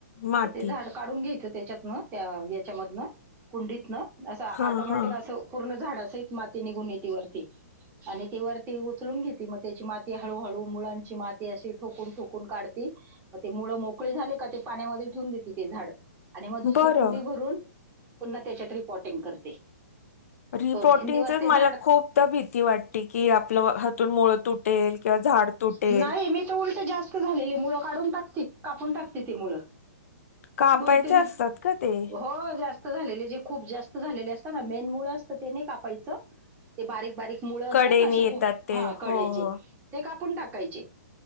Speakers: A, on the left; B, on the right.
A: माती
B: तर ते झाड काढून घ्यायचं. त्याच्यातन त्या याच्यामधनं कुंडीत न असं
A: हा
B: ऑटोमॅटिक
A: हा
B: असं पूर्ण झाडा सहित माती निघून येती वरती आणि ती वरती उचलून घेते मग त्याची माती हळूहळू मुळांची माती अशी ठोकून ठोकून काढती मग ते मुळ मोकळी झाले का ते पाण्यामध्ये ठेऊून देते ते झाड आणि मग दुसरी
A: बरं
B: कुंडी भरून पुन्हा त्याच्यात रिपॉर्टिंग करते.
A: रिपोटिंगचच
B: दोन तीन दिवस ते झाड
A: मला खूपदा भीती वाटते की आपलं हातून मुळं तुटेल किंवा झाड तुटेल.
B: नाही मी तर उलट जास्त झालेली मुळ काढून टाकत कापून टाकते ते मुळ.
A: कापायचे
B: दोन तीन
A: असतात का ते
B: हो जास्त <unintelligible> झालेले जे खूप जास्त झालेले असतात न मेन मूळ असतात ते नाहीं कापायचं ते बारीक बारीक मुळ असतात
A: कडेने
B: ना असे
A: येतात
B: खूप
A: ते
B: हा कडेचे
A: हो हो
B: ते का टाकायचे